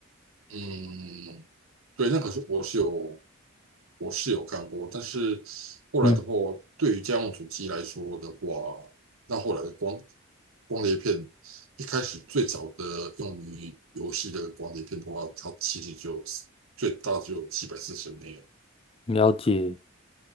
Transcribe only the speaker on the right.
嗯，对，那可是我是有我是有看过，但是后来的话，
对于家用主机来说的话，那后来的光光碟片，一开始最早的用于游戏的光碟片的话，它其实就有最大只有七百四十枚。